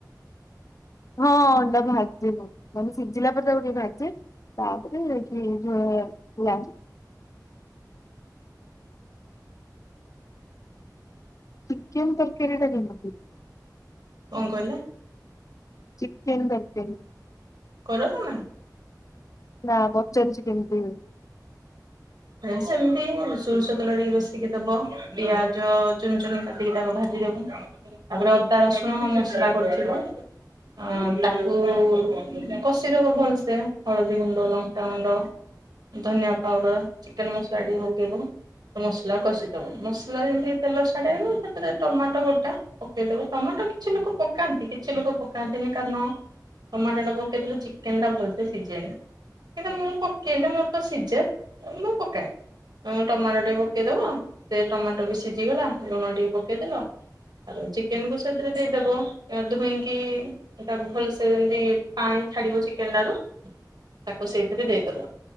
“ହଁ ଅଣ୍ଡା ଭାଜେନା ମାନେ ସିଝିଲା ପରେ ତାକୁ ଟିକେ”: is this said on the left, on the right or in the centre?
Left